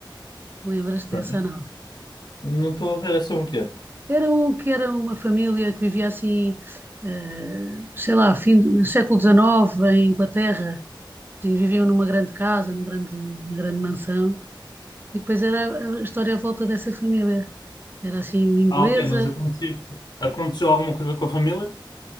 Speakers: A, on the right; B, on the left.
A: Lembras-te
B: Ok.
A: dessa, não?
B: Não estou a ver, é sobre o quê?
A: Era um que era uma família que vivia assim, eh, sei lá, fim do século XIX em Inglaterra, e viviam numa grande casa, numa grande, numa grande mansão, e depois era a história à volta dessa família. Era assim, inglesa.
B: Ah, ok, mas aconteceu, aconteceu alguma coisa com a família?